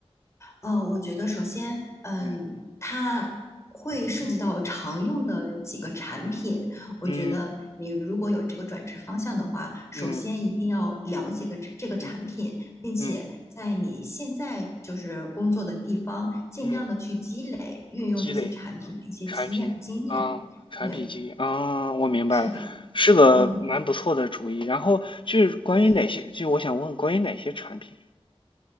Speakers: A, on the left; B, on the left.
A: 嗯，我觉得首先，嗯，
B: 嗯
A: 它会涉及到常用的几个产品。
B: 嗯。
A: 我觉得你如果有这个转职方向的话，
B: 嗯
A: 首先一定要了解个这这个产品，
B: 嗯嗯
A: 并且在你现在就是工作的地方，
B: 嗯
A: 尽量的去积累运用这些产品的一些经验经验。
B: 嗯，积累产品啊，产品经验啊，
A: 对，
B: 我明白了，
A: 是的，
B: 是个蛮不错的主意。
A: 嗯，
B: 然后就是关于哪些，
A: 对。
B: 就我想问关于哪些产品